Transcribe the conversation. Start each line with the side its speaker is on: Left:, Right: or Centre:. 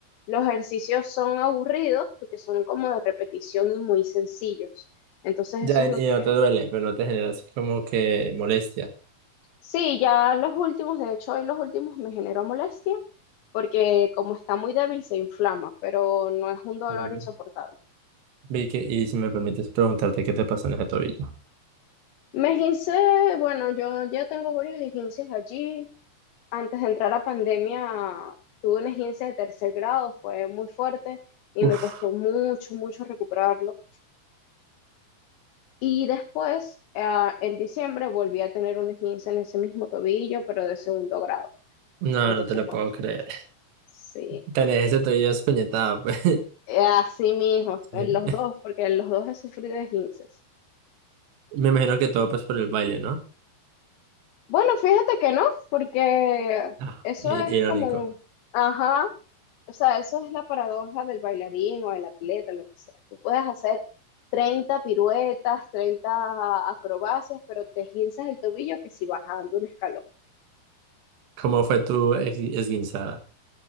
Left: los ejercicios son aburridos porque son como de repetición y muy sencillos. Entonces
Right: ya
Left: eso es
Right: y
Left: lo que
Right: no te duele, pero no te genera así como que molestia.
Left: Sí, ya los últimos, de hecho, hoy los últimos me generó molestia porque como está muy débil se inflama, pero no es un dolor
Right: Mm.
Left: insoportable.
Right: Vicky, y si me permites preguntarte qué te pasó en ese tobillo.
Left: Me esguincé, bueno, yo ya tengo varios esguinces allí. Antes de entrar a pandemia tuve un esguince de tercer grado, fue muy fuerte y
Right: Uf.
Left: me costó mucho, mucho recuperarlo. Y después, ah, en diciembre, volví a tener un esguince en ese mismo tobillo, pero de segundo grado.
Right: No,
Left: Entonces,
Right: no te lo
Left: bueno,
Right: puedo creer.
Left: sí.
Right: Tenés ese tobillo espuñetado, pues.
Left: Eh, Así mismo, en
Right: <laughs>
Left: los dos, porque en los dos he sufrido esguinces.
Right: Me imagino que todo pues por el baile, ¿no?
Left: Bueno, fíjate que no, porque
Right: Ah,
Left: eso
Right: i-
Left: es
Right: Irónico.
Left: como un... Ajá, o sea, eso es la paradoja del bailarín o del atleta, lo que sea. Tú puedes hacer 30 piruetas, 30 acrobacias, pero te esguinces el tobillo que si bajando un escalón.
Right: ¿Cómo fue tu es- esguinzada?